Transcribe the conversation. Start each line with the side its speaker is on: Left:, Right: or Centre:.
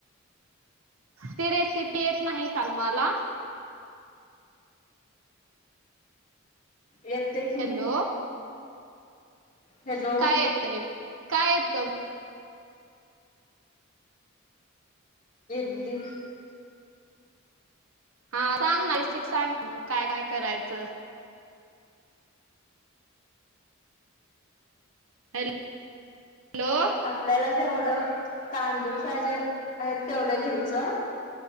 Right: ती रेसिपी येत नाही का तुम्हाला
Left: येतेे की
Right: हॅलो
Left: हॅलो
Right: काय येतंय काय येतं
Left: इडली.
Right: हा सांग ना रिसिपी सांग मग काय काय करायचं. Hello hello.
Left: आपल्याला जेवढं तांदूळ पाहिजे आहेत तेवढं घ्यायचं.